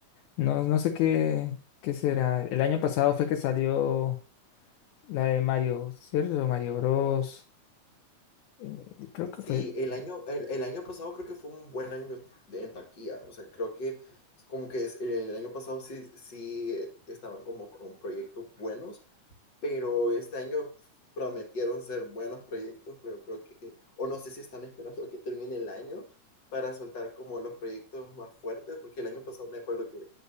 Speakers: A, on the left; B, on the left.
A: no, no sé qué, qué será. El año pasado fue que salió la de Mario, ¿cierto? Mario Bros. eh, Creo que
B: Sí,
A: fue.
B: el año, el, el año pasado creo que fue un buen año de, en taquilla. O sea, creo que es como que es- el año pasado sí, sí eh, estaban como con proyectos buenos pero este año prometieron ser buenos proyectos, pero creo que, o no sé si están esperando a que termine el año para soltar como los proyectos más fuertes, porque el año pasado me acuerdo que,